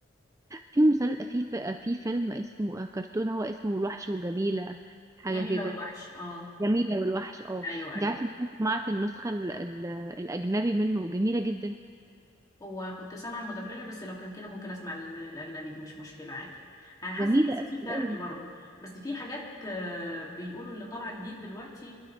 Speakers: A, on the right; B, on the left.
A: في مسل... في ف... في فيلم اسمه آه، كرتون هو اسمه الوحش وجميلة حاجة
B: جميلة
A: كده
B: والوحش اه
A: جميلة والوحش اه
B: ايوه ايوه
A: انت عارفة إن أنا سمعت النسخة ال... ال... الأجنبي منه جميلة جدا
B: وكنت سامعة المدبلجة بس لو كان كده ممكن أسمع ال- الأجنبي دي مش مشكلة عادي أنا حاسة
A: جميلة
B: بحس
A: أوي
B: في فرق
A: أوي
B: برضه بس في حاجات آه، بيقولوا اللي طالعة جديد دلوقتي